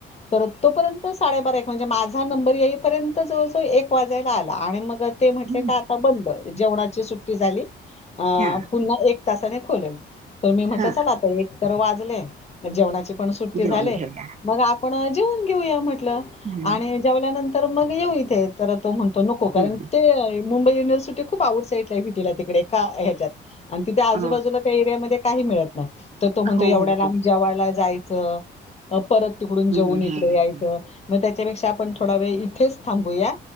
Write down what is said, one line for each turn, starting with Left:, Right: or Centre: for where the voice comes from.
Left: तर तोपर्यंत साडेबारा एक, माझा नंबर येईपर्यंत जवळजवळ एक वाजायला आला. आणि मग ते म्हटले
Right: हम्म
Left: का आता बंद. जेवणाची सुट्टी झाली. अ
Right: हा
Left: पुन्हा एक तासाने खोलेल. तर मी म्हटलं
Right: हा
Left: चला आता एक तर वाजले. जेवणाची पण सुट्टी
Right: जेवण
Left: झाली.
Right: घेऊया.
Left: मग आपण जेवून घेऊया म्हटलं.
Right: हम्म.
Left: आणि जेवल्यानंतर मग येऊ इथे. तर तो म्हणतो नको. कारण
Right: हम्म.
Left: ते मुंबई युनिव्हर्सिटी खूप आउट साईटलाये. व्हीटीला तिकडे एका ह्याच्यात. आणि तिथे आजूबाजूला
Right: अ,
Left: त्या एरियामध्ये काही मिळत नाही. तर तो म्हणतो
Right: हो,
Left: एवढ्या
Right: हो,
Left: लांब
Right: हो.
Left: जेवयला जायचं. परत तिकडून जेवून
Right: हं, हं,
Left: इकडे
Right: हं,
Left: यायचं.
Right: हं.
Left: मग त्याच्यापेक्षा आपण थोडा वेळ इथेच थांबूया.